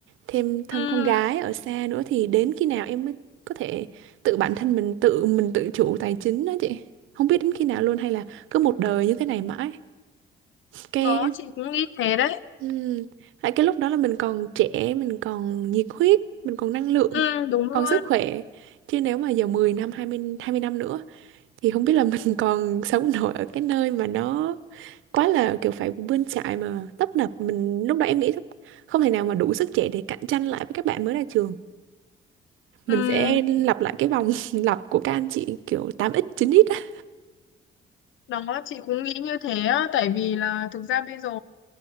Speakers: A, on the right; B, on the left.
A: thêm thân
B: ừ
A: con gái ở xa nữa thì đến khi nào em mới có thể tự bản thân mình tự mình tự chủ tài chính đó chị không biết đến khi nào luôn hay là cứ một đời như thế này mãi cái
B: đó chị cũng nghĩ thế đấy
A: Ừ. Tại cái lúc đó là mình còn trẻ, mình còn nhiệt huyết, mình còn năng lượng,
B: ừ đúng
A: còn
B: luôn
A: sức khỏe. Chứ nếu mà giờ 10 năm, 20, 20 năm nữa thì không biết là mình <laughs> còn sống nổi ở cái nơi mà nó quá là kiểu phải bươn chải mà tấp nập. Mình lúc đó em nghĩ không thể nào mà đủ sức trẻ để cạnh tranh lại với các bạn mới ra trường. Mình
B: ừ
A: sẽ lặp lại cái vòng <laughs> lặp của các anh chị kiểu tám x chín x á.
B: đó chị cũng nghĩ như thế á tại vì là thực ra bây giờ